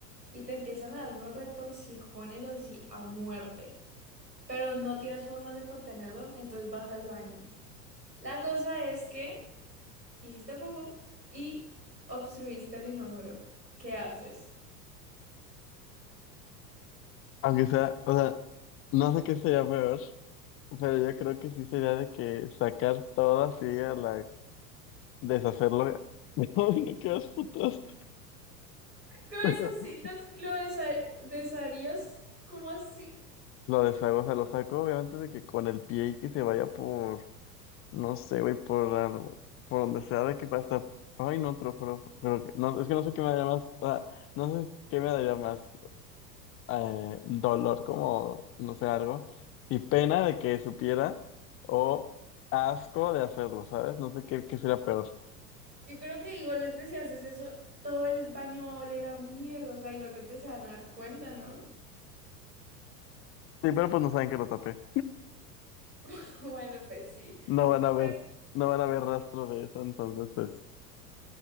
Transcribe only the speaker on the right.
Y te empiezan a dar unos retorcijones así a muerte. Pero no tienes formas de contenerlo, entonces vas al baño. La cosa es que hiciste popó y obstruiste el inodoro. ¿Qué haces?
¿Lo deshaci-
des- ¿Lo desa- desharías? ¿Cómo así?
Yo creo que igualmente si haces eso, todo el baño va a oler a mierda, o sea, igualmente se van a dar cuenta, ¿no?
<laughs> Bueno, pues sí.
Pero,